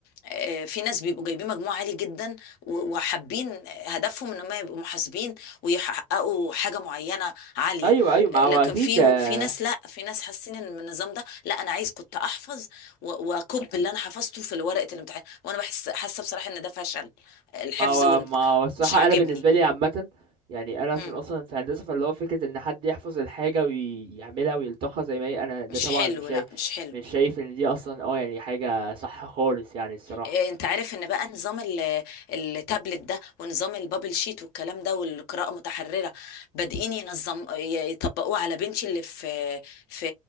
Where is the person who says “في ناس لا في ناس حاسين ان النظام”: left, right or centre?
Left